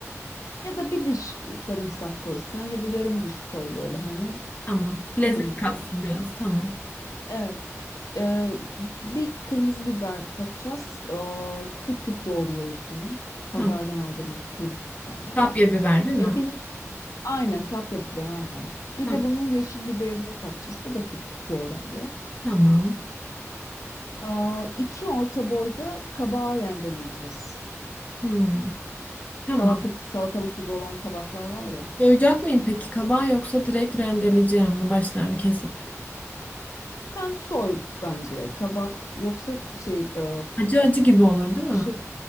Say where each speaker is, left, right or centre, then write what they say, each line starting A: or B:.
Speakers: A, on the left; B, on the left.
A: Ya da bir diş sarımsak koysan ya da yarım diş koy böyle hani
B: Tamam. Lezzet
A: tadımlık
B: katsın
A: olsun.
B: biraz. Tamam.
A: Evet. e, bir kırmızı biber katacağız. E, küp küp doğruyoruz bunu. Pazardan
B: Tamam.
A: aldığımız bu kırmızı biberler.
B: Kapya biber değil mi?
A: E bir yeş- aynen kapya biber aynen. Bir
B: Tamam.
A: de bunun yeşil biberini katacağız. Bu da küp küp doğranıyor.
B: Tamam.
A: Aa, iki orta boyda kabağı rendeleyeceğiz.
B: Hmm. Tamam.
A: Salatık, salatalık gibi olan kabaklar var ya.
B: Soyacak mıyım peki kabağı yoksa direkt rendeleyeceğim mi başlarını kesip?
A: Sen soy bence kabak yoksa k- şey e,
B: Acı acı gibi olur değil
A: dışı
B: mi?